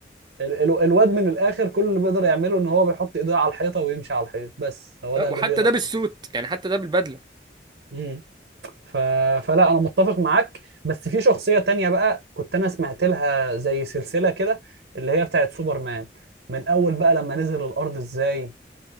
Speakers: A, on the right; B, on the right.
A: ال- ال- الواد من الاخر كل اللي بيقدر يعمله ان هو بيحط ايديه على الحيطه ويمشي على الحيط بس هو
B: أه،
A: ده اللي
B: وحتى
A: بيقدر
B: ده بالسوت يعني حتى ده بالبدله
A: امم ف... فلا انا متفق معاك بس في شخصيه تانية بقى كنت انا سمعت لها زي سلسله كده اللي هي بتاعت سوبرمان من اول بقى لما نزل الارض ازاي